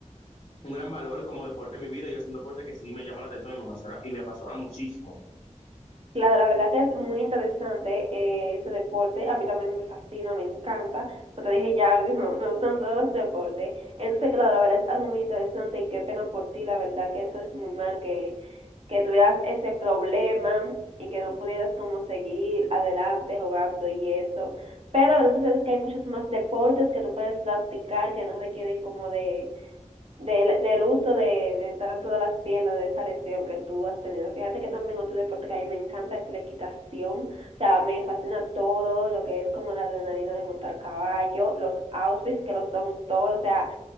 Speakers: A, on the left; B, on the right.
A: un gran valor como deporte en mi vida y es un deporte que sí me llama la atención y me apasiona, y me apasiona muchísimo.
B: Claro, la verdad que es muy interesante eh, ese deporte. A mí también me fascina, me encanta. Como te dije ya, <laughs> me gustan todos los deportes. Entonces, claro, la verdad es algo muy interesante y qué pena por ti, la verdad que eso es muy mal, que, que tuvieras ese problema y que no pudieras como seguir adelante jugando y eso. Pero gracias a Dios que hay muchos más deportes que tú puedes practicar que no requieren como de del, del uso de, de tanto de las piernas, de esa lesión que tú has tenido. Fíjate que también otro deporte que a mí me encanta es la equitación. O sea, me fascina todo lo que es como la adrenalina de montar caballo, los outfits que lo son todo. O sea,